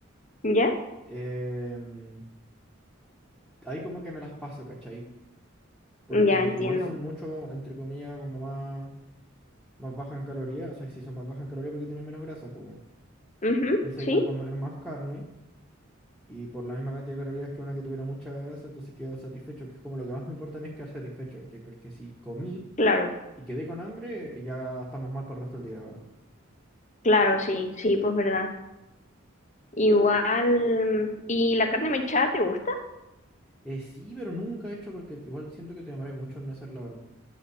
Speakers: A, on the left; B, in the centre.
A: ¿Ya?
B: em, ahí como que me las paso, ¿cachai? porque
A: Ya entiendo.
B: igual son mucho entre comillas, como más, más baja en calorías, o sea, si son más bajas en calorías porque tienen menos grasa, pues bueno.
A: Ujú,
B: Entonces
A: Sí,
B: ahí puedo comer más carne y por la misma cantidad de calorías que una que tuviera mucha grasa, entonces quedo satisfecho, que es como lo que más me importa a mí es quedar satisfecho, ¿cachai? Porque si comí
A: claro,
B: y quedé con hambre, eh, ya estamos mal para el resto del día, weón.
A: claro, sí, sí, pues verdad. Igual, mm, ¿y la carne mechada te gusta?
B: Eh, sí, pero nunca he hecho porque igual siento que te demoráis mucho en hacerla, weón.